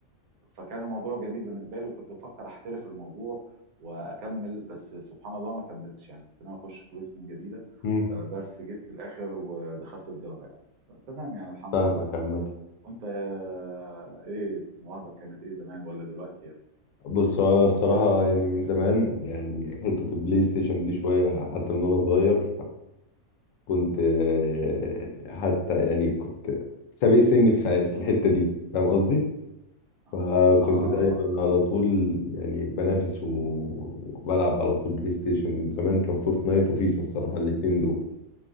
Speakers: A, on the right; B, on the left.
A: فكان الموضوع جميل بالنسبه لي وكنت بفكر احترف الموضوع واكمل بس سبحان الله ما كملتش يعني كنت ناوي اخش كليه فنون جميله
B: م.
A: آه، بس جيت في الاخر ودخلت تجاره يعني تمام يعني الحمد
B: فاهمك
A: لله
B: عامة
A: وانت آه، ايه مواهبك كانت ايه زمان ولا دلوقتي يعني
B: بص هو انا الصراحة يعني من زمان يعني حتة البلاي ستيشن دي شوية حتى من وانا صغير كنت آه، حتى يعني كنت سابق سني في ساع- في الحتة دي فاهم قصدي
A: اه
B: فكنت
A: اه,
B: دايما
A: آه.
B: على طول يعني بنافس وبلعب على طول بلاي ستيشن زمان كان فورتنايت وفيفا الصراحة الاتنين دول